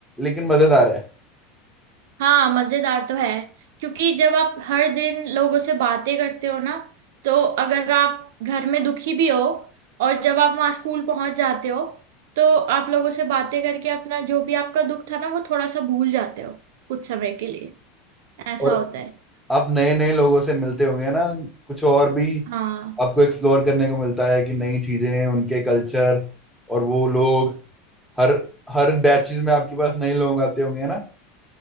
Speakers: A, in the centre; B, on the right (about 70°).
A: लेकिन मजेदार है
B: हाँ मजेदार तो है क्योंकि जब आप हर दिन लोगों से बातें करते हो ना तो अगर आप घर में दुखी भी हो और जब आप वहाँ स्कूल पहुंच जाते हो तो आप लोगों से बातें करके अपना जो भी आपका दुख था ना वो थोड़ा सा भूल जाते हो कुछ समय के लिए ऐसा
A: और
B: होता है
A: आप नए नए लोगों से मिलते होंगे ना कुछ और भी
B: हाँ
A: आपको एक्सप्लोर करने को मिलता है कि नई चीजें उनके कल्चर और वो लोग हर हर बैचेस में आपके पास नए लोग आते होंगे ना